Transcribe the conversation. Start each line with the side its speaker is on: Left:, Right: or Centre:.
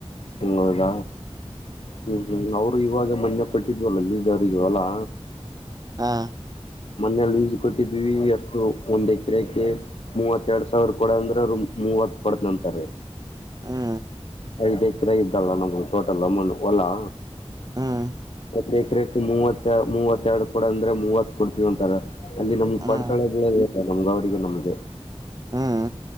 Left: ಹೂ ಹೌದ ಹೂ ಹೂ ಅವ್ರು ಇವಾಗ ಮೊನ್ನೆ ಕೊಟ್ಟಿದ್ವಲ್ಲಲ್ಲಿ ಜಾರಿಗ ಹೊಲ ಅಲ್ಲಾ
Right: ಹಾ
Left: ಮನೇೆಯಲ್ಲಿ ಈಸ್ ಕೊಟ್ಟಿದ್ವಿ ಅಷ್ಟು ಒಂದ್ ಎಕರೆಕ ಮೂವತ್ತ ಎರಡ್ ಸಾವಿರ ಕೊಡ ಅಂದ್ರ ಅವರು ಮೂವತ್ ಕೊಡ್ನಿ ಅಂತಾರ
Right: ಹೂ
Left: ಐದ್ ಎಕರೆ ಇದ್ದಲ್ಲ ನಮದು ಟೋಟಲ್ ಅಮನ್ ಹೊಲಾ
Right: ಹ್ಮ್
Left: ಐದ್ ಎಕರೆ ಮೂವ ಮೂವತ್ತೆರಡು ಕೊಡ ಅಂದ್ರೆ ಮೂವತ್ ಕೊಡ್ತಿೀವಿ ಅಂತಾರ ಅಲ್ಲಿ ನಮ್
Right: ಹ್ಮ್
Left: ಪಡ್ತಳ ಬಂದ್ ಅವ್ರಿಗೆ ನಮ್ಗೆ
Right: ಹ್ಮ್